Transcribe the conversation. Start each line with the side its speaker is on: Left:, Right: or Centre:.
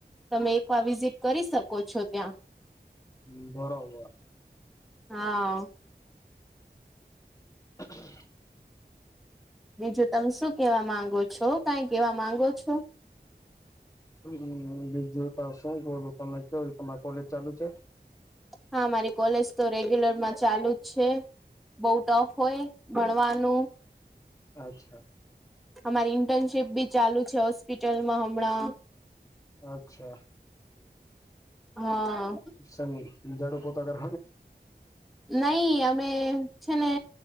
Centre: તમે એકવાર વિઝિટ કરી શકો છો ત્યાં.
Left: હ બરોબર.
Centre: હા.
Left: હ <unintelligible>
Centre: બીજું તમે શું કેવા માંગો છો કઈ કેવા માંગો છો?
Left: હ બીજું ત શું કું તમે કે તમારા કોલેજ ચાલુ છે?
Centre: હા મારી કોલેજ તો રેગ્યુલરમાં ચાલુ જ છે. બઉુ ટફ હોય ભણવાનું.
Left: અચ્છા.
Centre: અમારી ઇન્ટર્નશીપ બી ચાલુ છે હોસ્પિટલમાં હમણાં.
Left: અચ્છા,
Centre: હા
Left: સ જાડુ પોતા કર.
Centre: નઈ અમે છે ને